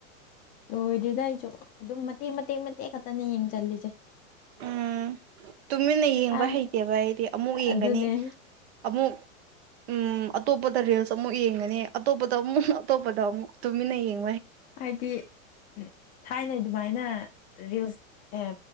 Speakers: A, on the left (about 20°); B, on the right (about 50°).
A: ꯂꯣꯏꯗ꯭ꯔꯤꯗ ꯑꯩꯖꯨ ꯑꯗꯨꯝ ꯃꯇꯦꯛ ꯃꯇꯦꯛ ꯃꯇꯦꯛ ꯈꯛꯇꯅ ꯌꯦꯡꯖꯜꯂꯤꯖꯦ
B: ꯎꯝ ꯇꯨꯃꯤꯟꯅ ꯌꯦꯡꯕ
A: ꯊꯥꯏ
B: ꯍꯩꯇꯦꯕ ꯑꯩꯗꯤ ꯑꯃꯨꯛ ꯌꯦꯡꯒꯅꯤ
A: ꯑꯗꯨꯅꯦ
B: ꯑꯃꯨꯛ ꯎꯝ ꯑꯇꯣꯞꯄꯗ ꯔꯤꯜꯁ ꯑꯃꯨꯛ ꯌꯦꯡꯒꯅꯤ ꯑꯇꯣꯞꯄꯗ ꯑꯃꯨꯛ ꯎꯪꯍ ꯑꯇꯣꯞꯄꯗ ꯑꯃꯨꯛ ꯇꯨꯃꯤꯟꯅ ꯌꯦꯡ
A: ꯍꯥꯏꯗꯤ ꯎꯝ ꯊꯥꯏꯅꯩ ꯑꯗꯨꯃꯥꯏꯅ ꯔꯤꯜꯁ ꯑꯦ